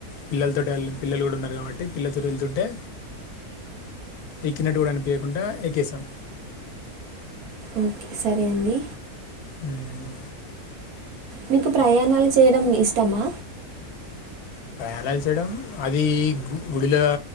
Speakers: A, on the left (about 80°); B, on the right (about 70°).
A: పిల్లలతో వెళ్ళ పిల్లలు కూడా ఉన్నారు కాబట్టి పిల్లతో వెళ్తుంటే ఎక్కినట్టు కూడా అనిపయకుండా ఎక్కేశాం
B: ఓకే సరే అండి
A: మ్మ్.
B: మీకు ప్రయాణాలు చేయడం ఇష్టమా
A: అలా చేయడం అది గుడిల